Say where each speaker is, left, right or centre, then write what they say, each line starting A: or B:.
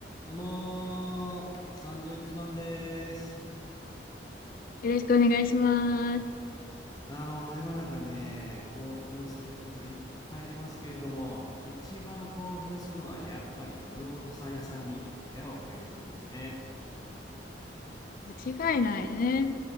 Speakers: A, on the left (about 20°); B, on the left (about 50°).
A: どうもー、サンドイッチマンでーす。
B: よろしくお願いします。
A: あのー、世の中ね、興奮することいっぱいありますけれども、一番興奮するのはやっぱり不動産屋さんに部屋を買いに行くときですね。
B: うん間違いないね。